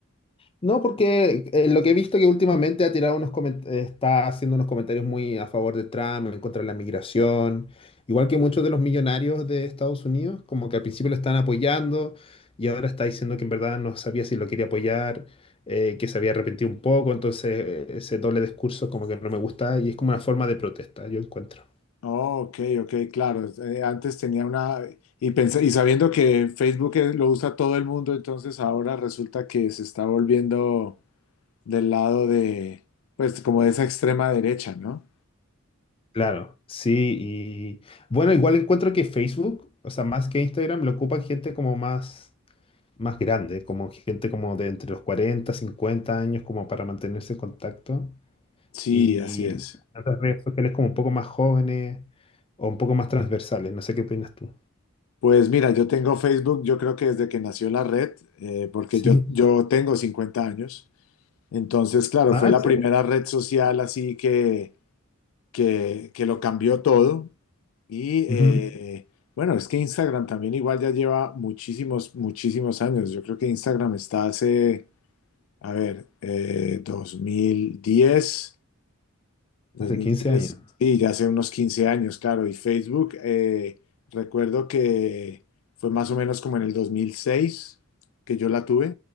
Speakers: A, on the left; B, on the left.
A: No, porque eh, lo que he visto que últimamente ha tirado unos comen- eh, está haciendo unos comentarios muy a favor de Trump, en contra de la migración, igual que muchos de los millonarios de Estados Unidos, como que al principio lo están apoyando y ahora está diciendo que en verdad no sabía si lo quería apoyar, eh, que se había arrepentido un poco, entonces eh, ese doble discurso como que no me gusta y es como una forma de protesta, yo encuentro.
B: Oh, ok, ok, claro, eh, antes tenía una, y pensé, y sabiendo que Facebook es- lo usa todo el mundo, entonces ahora resulta que se está volviendo del lado de, pues como de esa extrema derecha, ¿no?
A: Claro, sí, y bueno, igual encuentro que Facebook, o sea, más que Instagram, lo ocupan gente como más... más grande, como gente como de entre los 40 50 años, como para mantenerse en contacto.
B: Sí,
A: Y
B: así es.
A: las otras redes sociales como un poco más jóvenes o un poco más transversales, no sé qué opinas tú.
B: Pues mira, yo tengo Facebook, yo creo que desde que nació la red, eh, porque
A: Sí.
B: yo, yo tengo 50 años. Entonces, claro,
A: Ah,
B: fue la
A: ¿en serio?
B: primera red social así que, que, que lo cambió todo. Y eh,
A: Ujú.
B: bueno, es que Instagram también igual ya lleva muchísimos, muchísimos años. Yo creo que Instagram está hace, a ver, eh, dos mil diez dos
A: Hace
B: mil
A: quince
B: diez
A: años.
B: sí, ya hace unos 15 años, claro. Y Facebook, eh, recuerdo que fue más o menos como en el 2006 que yo la tuve,